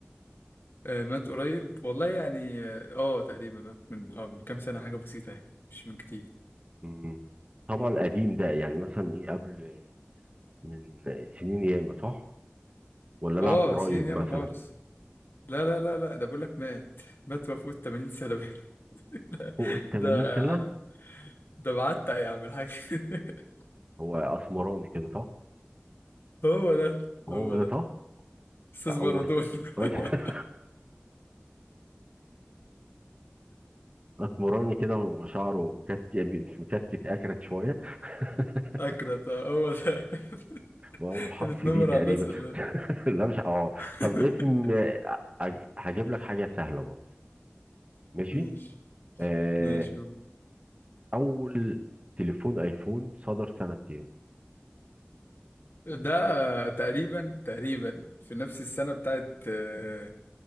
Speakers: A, on the left; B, on the right.
A: آه مات قريب والله يعني اه آه، تقريبا مات من اه من كام سنه حاجه بسيطه يعني مش من كتير
B: مم. طبعا قديم ده يعني مثلا ايه قبل من سنين ياما صح ولا لعب
A: اه
B: قريب
A: سنين
B: مثلا
A: ياما خالص لا لا لا لا ده بقول لك مات مات وفوت 80 سنه <laughs>
B: فوق ال
A: ده
B: 80 سنة
A: ده بعتق يا عم الحاج <laughs>
B: هو اسمراني كده صح
A: هو ده
B: هو
A: هو ده
B: ده صح
A: استاذ
B: اول
A: بارادون
B: <laughs>
A: <laughs>
B: اسمراني كده وشعره مكتف مش مكتف اكرت شوية <laughs>
A: اكرت آه، هو ده
B: واول
A: <laughs>
B: حرف
A: هنتنمر
B: بي تقريبا
A: على الناس ولا إيه؟
B: <laughs> لا مش اه طب
A: <laughs>
B: اسم آه، هج- هجيب لك حاجة سهلة برضه ماشي
A: ماشي
B: آه
A: ماشي هو.
B: اول تليفون ايفون صدر سنة كام
A: ده تقريبا تقريبا في نفس السنة بتاعت آه،